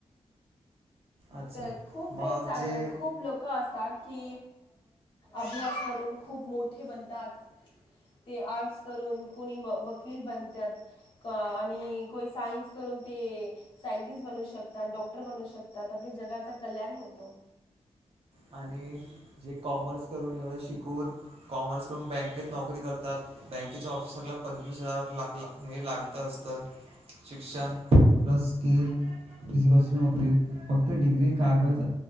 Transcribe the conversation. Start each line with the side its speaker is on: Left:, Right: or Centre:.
Right: अच्छा
Left: तिथ खूप ते
Right: मग
Left: चांगल
Right: जे
Left: खूप लोक ल असतात की अभ्यास करून खूप मोठे बनतात. ते आर्ट्स करून कोणी व वकील बनत्यात. आणि कुणी सायन्स करून ते सायंटिस्ट बनू शकतात डॉक्टर बनू शकतात. अखिल जगाच कल्याण होत.
Right: आणि जे कॉमर्स करून एवढं शिकून कॉमर्स करून बँकेत नोकरी करत. बँकेच्या ऑफिसरला पंचवीस हजार ला लागतं असतं. शिक्षण प्लस स्कील नोकरी फक्त डिग्री कागज